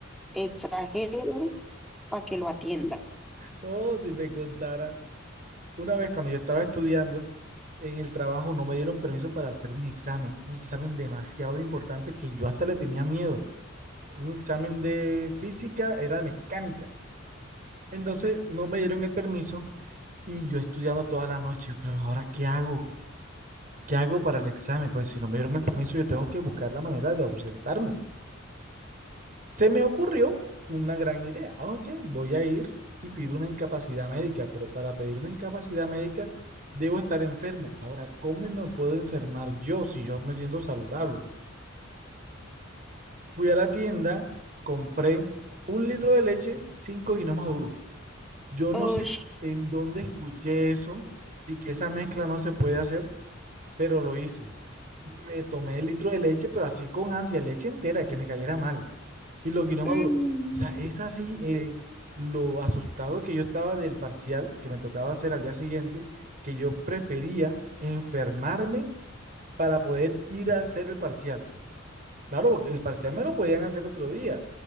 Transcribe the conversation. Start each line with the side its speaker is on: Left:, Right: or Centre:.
Centre: Exagere para que lo atiendan.
Right: Oh, si te contara. Una vez cuando yo estaba estudiando en el trabajo, no me dieron permiso para hacer un examen. Un examen demasiado importante que yo hasta le tenía miedo. Un examen de física, era de mecánica. Entonces no me dieron el permiso y yo estudiando toda la noche. Yo, pero ahora, ¿qué hago? ¿Qué hago para el examen? Pues si no me dieron el permiso, yo tengo que buscar la manera de ausentarme. Se me ocurrió una gran idea. Ah, Ok, voy a ir y pido una incapacidad médica, pero para pedir una incapacidad médica debo estar enfermo. Ahora, ¿cómo me puedo enfermar yo si yo me siento saludable? Fui a la tienda, compré un litro de leche, cinco guineos maduros. Yo
Centre: Uy,
Right: no sé en dónde escuché eso y que esa mezcla no se puede hacer, pero lo hice. Me tomé el litro de leche, pero así con ansia, leche entera, que me cayera mal. Y lo guinó
Centre: mm,
Right: Maduro. O sea, es así eh, lo asustado que yo estaba del parcial que me tocaba hacer al día siguiente, que yo prefería enfermarme para poder ir a hacer el parcial. Claro, porque el parcial me lo podían hacer otro día,